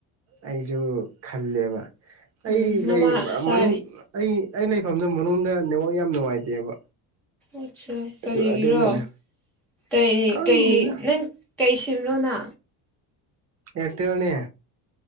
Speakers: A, on the right; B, in the centre.
A: ꯑꯩꯁꯨ ꯈꯜꯂꯦꯕ ꯑꯩ
B: ꯎꯝ ꯃꯃꯥ
A: ꯂꯩ
B: ꯆꯥꯔꯤ
A: ꯃꯅꯨꯡ ꯑꯩ ꯑꯩ ꯂꯩꯐꯝꯗꯨ ꯃꯅꯨꯡꯗ ꯅꯦꯠ ꯋꯥꯛ ꯌꯥꯝ ꯅꯨꯡꯉꯥꯏꯇꯦꯕ
B: ꯑꯠꯆꯥ ꯀꯔꯤꯒꯤꯔꯣ
A: ꯑꯗꯨ ꯑꯗꯨꯅꯅꯦ
B: ꯀꯩ
A: ꯈꯪꯗꯦꯗ
B: ꯀꯩ ꯅꯪ ꯀꯩ ꯁꯤꯝꯔꯣꯅ
A: ꯑꯦꯔꯇꯦꯜꯅꯦ